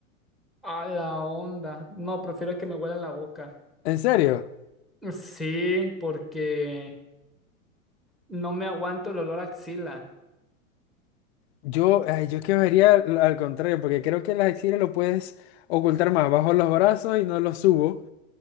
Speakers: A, in the centre; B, on the left.
A: A la onda. No, prefiero que me huela la boca.
B: ¿En serio?
A: Sí, porque no me aguanto el olor a axila.
B: Yo, ay, yo es que vería al al contrario, porque creo que las axilas lo puedes ocultar más. Bajo los brazos y no los subo,